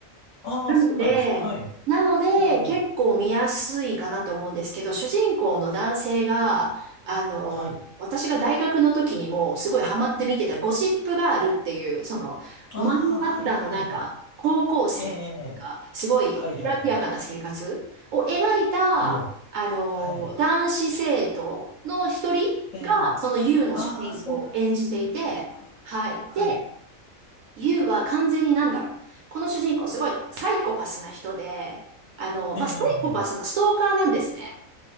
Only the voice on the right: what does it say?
なので、
なので、
結構見やすいかなと思うんですけど、主人公の男性が、あの、
私が大学の時にもすごいハマって見てたゴシップガールっていう、その、
マンハッタンのなんか、
高校生が、
すごい、
きらびやかな生活を描いた、
あの、
男子生徒の一人が、
その U の主人公を演じていて、
はい。でユウは完全になんだろう。この主人公すごいサイコパスな人で、あの、
まあ、サイコパスのストーカーなんですね。